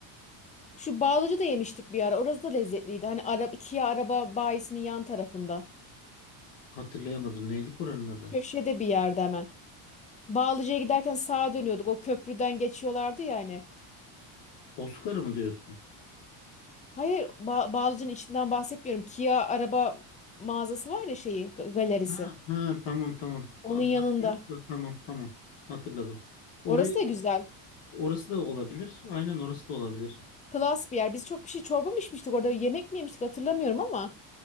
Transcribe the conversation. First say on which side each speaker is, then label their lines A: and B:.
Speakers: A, on the left; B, on the left.
A: Şu Bağlıcı da yemiştik bir ara. Orası da lezzetliydi. Hani ara, Kia araba bayisinin yan tarafında.
B: Hatırlayamadım. Neydi oranın adı?
A: Köşede bir yerde hemen. Bağlıcı'ya giderken sağa dönüyorduk. O köprüden geçiyorlardı ya hani.
B: Oscar mı diyorsun?
A: Hayır ba Bağlıcı'nın içinden bahsetmiyorum. Kia araba mağazası var ya şeyi ga- galerisi.
B: Ha, ha, tamam tamam.
A: Onun
B: Adaptive
A: yanında.
B: de tamam tamam. Hatırladım. Orayı
A: Orası da güzel.
B: orası da olabilir. Aynen orası da olabilir.
A: Klas bir yer. Biz çok bir şey çorba mı içmiştik orada yemek mi yemiştik hatırlamıyorum ama.